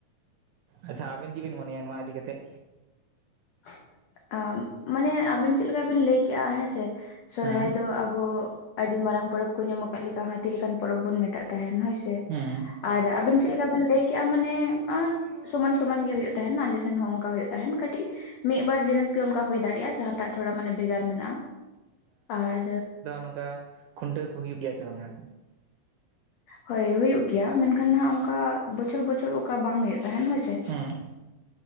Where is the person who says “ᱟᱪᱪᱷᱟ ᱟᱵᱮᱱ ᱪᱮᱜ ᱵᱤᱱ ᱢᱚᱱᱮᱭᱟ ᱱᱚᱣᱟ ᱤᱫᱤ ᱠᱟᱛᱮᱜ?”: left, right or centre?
Right